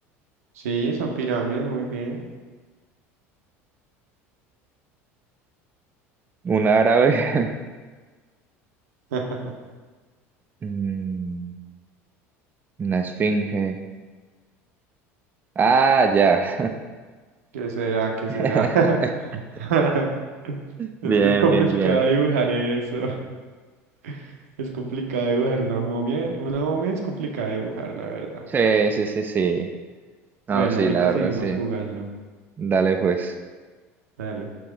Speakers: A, on the right; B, on the right.
A: Sí, son pirámides, muy bien.
B: Un árabe. <laughs>
A: <laughs>
B: Mm, una esfinge. Ah, ya.
A: ¿Qué será? ¿Qué
B: <laughs>
A: será? <laughs>
B: Bien,
A: Es que es complicado
B: bien, bien.
A: dibujar eso. <laughs> Es complicado dibujar una momia. Una momia es complicado dibujar, la verdad.
B: Sí, sí, sí, sí. No,
A: Bueno,
B: sí,
A: ahorita
B: la verdad,
A: seguimos
B: sí.
A: jugando.
B: Dale, pues.
A: Dale.